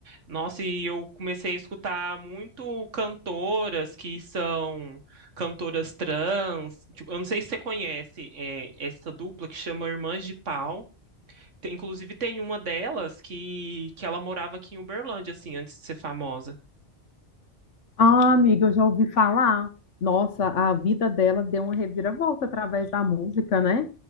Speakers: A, on the right (about 85°); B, on the left (about 80°).
A: Nossa, e eu comecei a escutar muito cantoras que são cantoras trans. Tipo, eu não sei se você conhece, eh, essa dupla que chama Irmãs de Pau. Tem- Inclusive, tem uma delas que, que ela morava aqui em Uberlândia, assim, antes de ser famosa.
B: Ah, amiga, eu já ouvi falar. Nossa, a vida dela deu uma reviravolta através da música, né?